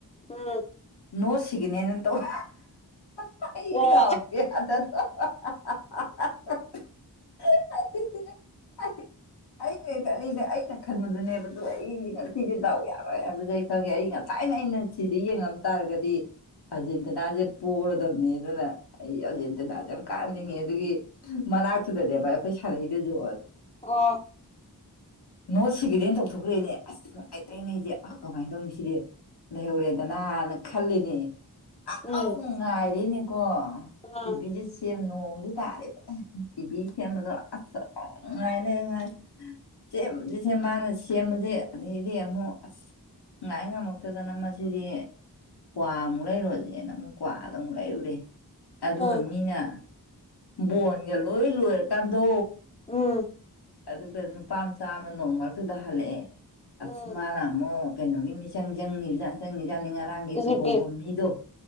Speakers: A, on the left; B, on the left.
A: ꯎꯝ
B: ꯅꯣ ꯁꯤꯒꯅꯦꯟꯅ ꯇꯧ <unintelligible>
A: ꯑꯣ
B: <unintelligible> <unintelligible> ꯉꯁꯥꯏꯅ ꯑꯩꯅ ꯆꯤꯗꯤ ꯌꯦꯡꯉꯝ ꯇꯥꯔꯒꯗꯤ ꯑꯥꯔꯖꯦꯟꯇꯤꯅꯥꯖꯦ ꯄꯣꯔꯗꯝꯅꯦ ꯑꯗꯨꯅ ꯑꯩ ꯑꯔꯖꯦꯟꯇꯤꯅꯥꯖꯦ ꯌꯥꯝ ꯀꯥꯍꯟꯅꯤꯡꯉꯦ ꯑꯗꯨꯒꯤ ꯃꯅꯥꯛꯇꯨꯗꯅꯦꯕ ꯑꯈꯣꯏ ꯁꯥꯟꯅꯩꯗꯨꯖꯨ
A: ꯑꯣ
B: ꯅꯣ ꯁꯤꯒꯅꯦꯟ‌ ꯇꯧꯊꯣꯛꯈ꯭ꯔꯦꯅꯦ ꯑꯁ <unintelligible> ꯑꯩꯖꯦ ꯑꯥ ꯀꯃꯥꯏ ꯇꯧꯅꯤ ꯁꯤꯗꯤ ꯂꯩꯍꯧꯔꯦꯗꯅꯥꯅ ꯈꯜꯂꯤꯅꯦ ꯑꯥꯗꯨꯝ
A: ꯎꯝ
B: ꯉꯥꯏꯔꯦꯅꯦꯀꯣ
A: ꯎꯝ
B: ꯇꯤ ꯕꯤ ꯖꯦ ꯁꯦꯝ ꯅꯣꯡꯖꯨ <unintelligible> ꯇꯤ ꯕꯤ ꯁꯦꯝꯕꯗꯣ ꯑꯁ ꯑꯗꯨꯝ ꯉꯥꯏ ꯂꯩ ꯉꯥꯏ ꯁꯦꯝꯕꯖꯤ ꯁꯦꯝ ꯃꯥꯅ ꯁꯦꯝꯕꯖꯤ ꯑꯗꯩꯗꯤ ꯑꯃꯨꯛ ꯑꯁ ꯉꯥꯏ ꯉꯝꯃꯛꯇꯗꯅ ꯃꯁꯤꯗꯤ ꯀ꯭ꯋꯥꯃꯨꯛ ꯂꯩꯔꯨꯔꯖꯦꯅ ꯑꯃꯨꯛ ꯀ꯭ꯋꯥꯗꯨ ꯑꯃꯨꯛ ꯂꯩꯔꯨꯔꯦ ꯑꯗꯨꯒ
A: ꯎꯝ
B: ꯃꯤꯅ ꯕꯣꯟꯒ ꯂꯣꯏ ꯂꯣꯏꯔꯀꯥꯟꯗꯣ
A: ꯎꯝ
B: ꯑꯗꯨꯒ ꯅꯨꯄꯥꯝꯆꯥ ꯑꯃ ꯅꯣꯡ ꯃꯔꯛꯇꯨꯗ ꯍꯜꯂꯛꯑꯦ
A: ꯎꯝ
B: ꯑꯁ ꯃꯥꯅ ꯑꯃꯨꯛ ꯀꯩꯅꯣꯒꯤ ꯃꯤꯆꯪ ꯆꯪꯉꯤꯝꯖꯥꯠꯅꯤ ꯆꯪꯉꯤꯖꯥꯠꯅꯤ ꯉꯔꯥꯡꯒꯤ
A: ꯏꯖꯤꯞꯀꯤ
B: ꯇꯨꯍꯧꯕ ꯃꯤꯗꯣ